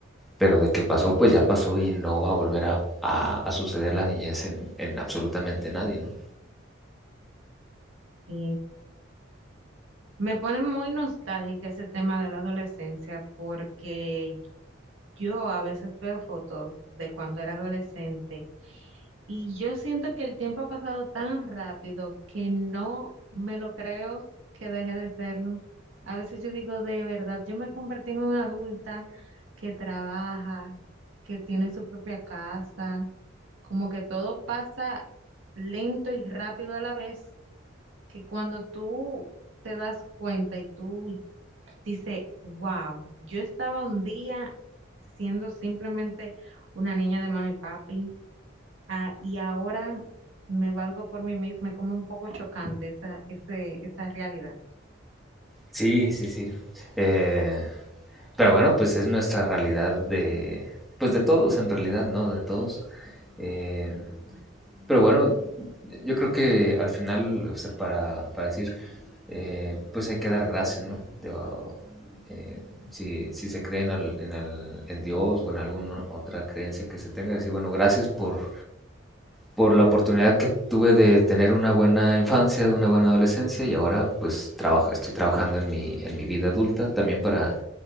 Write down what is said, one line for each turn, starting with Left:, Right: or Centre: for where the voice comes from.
Centre: pero de que pasó, pues ya pasó y no va a volver a, a- a suceder la niñez en, en absolutamente nadie, ¿no?
Right: Sí. Me pone muy nostálgica ese tema de la adolescencia porque yo a veces veo fotos de cuando era adolescente Y yo siento que el tiempo ha pasado tan rápido que no me lo creo que dejé de serlo. A veces yo digo, de verdad, yo me convertí en una adulta que trabaja, que tiene su propia casa, como que todo pasa lento y rápido a la vez, que cuando tú te das cuenta y tú dices, wow, yo estaba un día siendo simplemente una niña de mami y papi. Ah, y ahora me valgo por mí misma, es como un poco chocante esa, ese, esa realidad.
Centre: Sí, sí, sí. Eh, pero bueno, pues es nuestra realidad de, pues de todos en realidad, ¿no? De todos. Eh, pero bueno, yo creo que al final, o sea, para, para decir, eh, pues hay que dar gracias, ¿no? Digo, eh, si, si se cree en, al- en, al- en Dios o en alguna otra creencia que se tenga, decir, bueno, gracias por, por la oportunidad que tuve de tener una buena infancia, de una buena adolescencia y ahora pues trabaja, estoy trabajando en mi, en mi vida adulta también para,